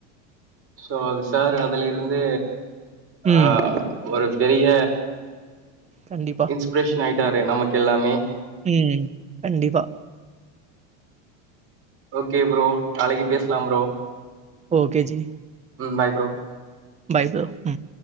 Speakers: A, on the right; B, on the right.
A: சோ சார் அதுல இருந்து
B: ம்.
A: ஆ ஒரு பெரிய
B: கண்டிப்பா.
A: இன்ஸ்பிரேஷன் ஆயிட்டாரு நமக்கு எல்லாமே
B: ம் கண்டிப்பா
A: ஓகே ப்ரோ நாளிக்கி பேசலா ப்ரோ
B: ஓகே ஜி
A: ம் பாய் ப்ரோ
B: பாய் ப்ரோ ம்